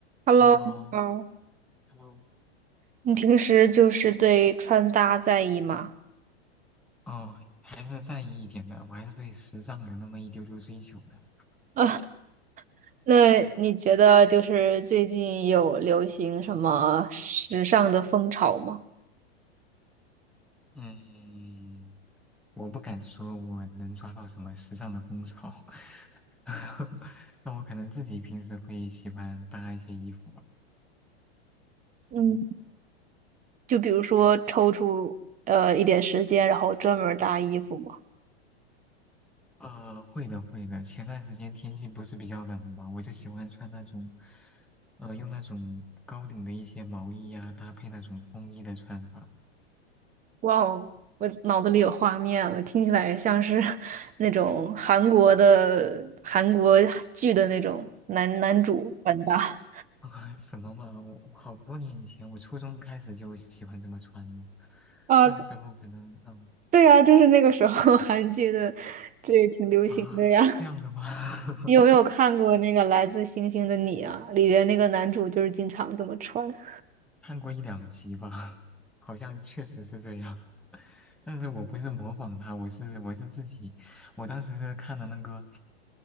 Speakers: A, on the right; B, in the centre.
A: Hello，
B: 你好
A: 你好。
B: ，Hello。
A: 你平时就是对穿搭在意吗？
B: 哦，还是在意一点的，我还是对时尚有那么一丢丢追求的。
A: 啊，那你觉得就是最近有流行什么时尚的风潮吗？
B: 嗯，我不敢说我能抓到什么时尚的风潮，<laughs> 那我可能自己平时会喜欢搭一些衣服吧。
A: 嗯，
B: 嗯，
A: 就比如说抽出呃一点时间，然后专门儿搭衣服吗？
B: 呃，会的，会的。前段时间天气不是比较冷嘛，我就喜欢穿那种，呃，用那种高领的一些毛衣呀、搭配那种风衣的穿法。
A: 哇哦，我脑子里有画面了，听起来像是 <laughs> 那种韩国的韩国剧的那种男男主穿搭。
B: <laughs> 啊，什么嘛？我我好多年以前，我初中开始就喜欢这么穿了。
A: 啊，
B: 那个时候可能，嗯
A: 对啊，就是那个时候 <laughs> 韩剧的，这也挺流行的呀。
B: 啊，这样的吗？<laughs>
A: 你有没有看过那个《来自星星的你》啊？里边那个男主就是经常这么穿。<laughs>
B: 看过一两集吧，好像确实是这样。但是我不是模仿他，我是我是自己，我当时是看了那个